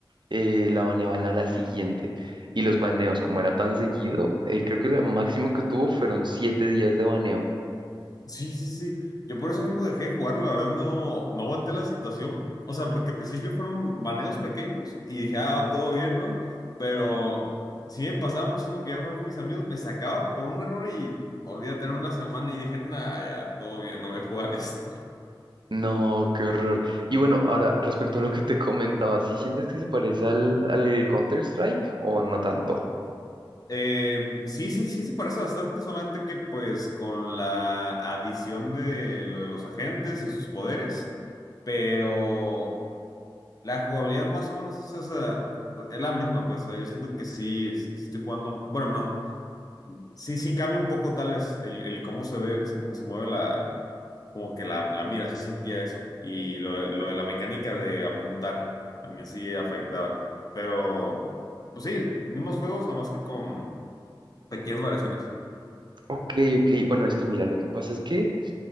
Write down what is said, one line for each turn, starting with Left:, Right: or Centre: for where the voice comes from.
Right: eh, la baneaban a la siguiente. Y los baneos, como era tan seguido, eh, creo que lo máximo que tuvo fueron siete días de baneo.
Left: Sí, sí, sí. Yo por eso mismo dejé de jugar, la verdad no, no aguanté la situación. O sea, porque al principio fueron baneos pequeños y dije, ah, va todo bien, ¿no? Pero sí me pasaba muchísimo que iba a jugar con mis amigos, me sacaba por un error y olvídate, era una semana y dije, nah, ya, todo bien, no voy a jugar esto.
Right: No, qué horror. Y bueno, ahora respecto a lo que te comentaba, ¿sí sientes que se parece al, al Counter-Strike o no tanto?
Left: Eh, sí, sí, sí, se parece bastante, solamente que pues con la adición de lo de los agentes y sus poderes, pero... La jugabilidad más o menos es, esa- es la misma, pues o sea, yo siento que sí, sí estoy jugando, bueno, no, sí, sí cambia un poco tal vez el, el cómo se ve, se, mu- se mueve la, como que la, la mira, se sentía eso. Y lo, de- lo de la mecánica de apuntar también sí afectaba. Pero, pues sí, mismos juegos, nomás que con pequeñas variaciones.
Right: Ok, ok. Bueno, es que mira, lo que pasa es que